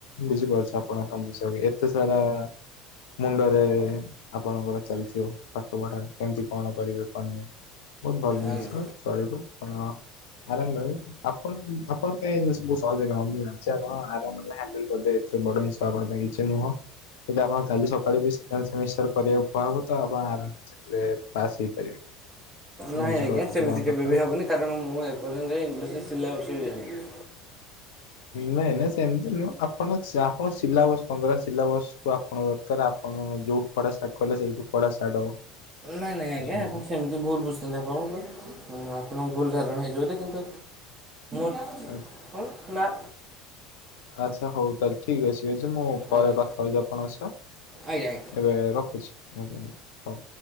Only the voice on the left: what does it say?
ବୁଝିପାରୁଛି ଆପଣଙ୍କ ସମସ୍ୟାକୁ ଏତେସାରା ଆ ମୁଣ୍ଡରେ ଏ ଆପଣଙ୍କର ଚାଲିଥିବ ପାଠ ପଢା କେମତି କଣ କରିବେ କଣ ନାଇଁ। ବହୁତ୍ ଭଲ୍‌ ଜିନ୍ସ
ଚଳିବ ପଣ ଆରାମରେ ଆପଣ ଆପଣ ଏ ମୁ ସହଜ କାମ ମୁ ଜାଣିଛି ଆପଣ ଆରାମରେ ହ୍ୟାଣ୍ଡଲ କରି ବଧେ ଏଥିରେ ବଡ ନିଷ୍ପାପ କଥା କିଛି ନୁହଁ। ଯଦି ଆପଣ କାଲି ସକାଳୁ ବି ସେକେଣ୍ଡ ସେମିଷ୍ଟାର କରିବାକୁ କୁହାହେବ ତ ଆପଣ ଆରାମସେ ସେଥିରେ ପାସ୍ ହେଇପାରିବେ। ମୁଁ
ବୁଝିପାରୁଛି
ଆପଣଙ୍କ
କଥା
ନାଇଁ ନାଇଁ ସେମିତି ନୁହଁ ଆପଣ ଆପ ସିଲାବସ୍ ପନ୍ଦର ସିଲାବସ କୁ ଆପଣ ଦରକାର ଆପ ଆପଣ ଯୋଉଠୁ ପଢା ଷ୍ଟାର୍ଟ କଲେ ସେଇଠୁ ପଢା ଷ୍ଟାଟ ହବ।
ବୁଝୁଛନ୍ତି
ଆଚ୍ଛା
ଆଚ୍ଛା ହଉ ତାଲେ ଠିକ ଅଛି ଅଛି ମୁଁ
ପରେ କଥା ହଉଛିି ଆପଣଙ୍କ ସହ।
ଏବେ ରଖୁଛି ଆଜ୍ଞା ଆଜ୍ଞା ହଉ।